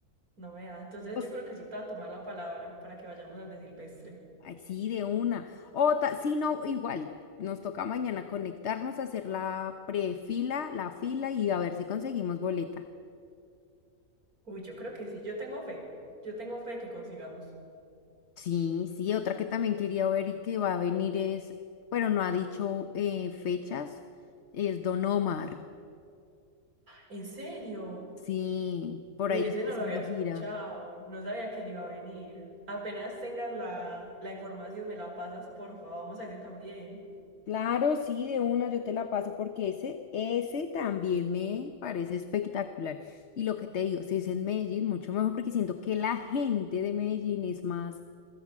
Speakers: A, on the right; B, on the left.
A: no me da. Entonces
B: Pues,
A: yo creo que sí te voy a tomar la palabra para que vayamos al de Silvestre.
B: ay, sí, de una. Otra, sí, no, igual. Nos toca mañana conectarnos, hacer la prefila, la fila y a ver si conseguimos boleta.
A: Uy, yo creo que sí. Yo tengo fe. Yo tengo fe que consigamos.
B: Sí, sí, otra que también quería ver y que va a venir es, pero no ha dicho eh, fechas, es Don Omar.
A: ¿En serio?
B: Sí, por
A: Uy,
B: ahí
A: ese
B: está
A: no
B: haciendo
A: lo había escuchado,
B: gira.
A: no sabía que él iba a venir. Apenas tengas la, la información, me la pasas, por favor, vamos a ese también.
B: Claro, sí, de una yo te la paso porque ese, Ese también me parece espectacular. Y lo que te digo, si es en Medellín, mucho mejor porque siento que la gente de Medellín es más